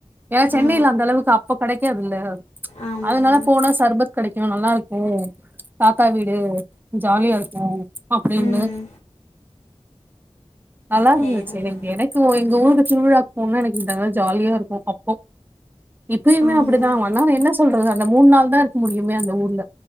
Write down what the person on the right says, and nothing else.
ஏன்னா சென்னையில
அந்த அளவுக்கு அப்போ கிடைக்காதுல்ல
அதனால போனா சர்பத் கெடைக் இங்க நல்லா இருக்கும் தாத்தா வீடு ஜாலியா இருக்கும் அப்படின்னு
நல்லா இருந்துச்சு
நீங்க எனக்கு எங்க ஊருக்கு திருவிழாக்கு போனா எனக்கு இதான் ஜாலியா இருக்கும் <inaudible> இப்பயுமே
அப்படிதான் வந்தாவேணும்னா சுத்தி சொல்றது அந்த மூணு நாள் தான் இருக்க முடியுே அந்த ஊர்ல